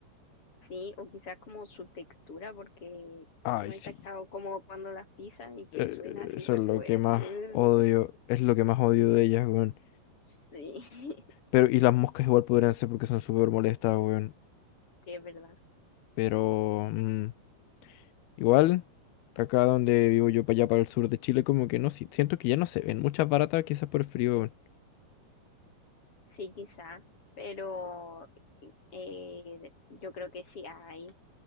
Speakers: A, on the left; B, on the left.
A: Sí, o quizás como su textura, porque
B: Ay,
A: no he
B: sí.
A: cachado como cuando las pisan y que
B: eh,
A: suena así
B: eso
A: re
B: es lo
A: fuerte.
B: que más
A: <laughs>
B: odio, es lo que más odio de ellas, weón.
A: Sí, <laughs>
B: Pero, y las moscas igual podrían ser porque son súper molestas, weón.
A: sí, es verdad.
B: Pero, mm, igual, acá donde vivo yo, para allá, para el sur de Chile, como que no, si- siento que ya no se ven muchas baratas, quizás por el frío, weón.
A: Sí, quizá, pero eh, yo creo que sí hay,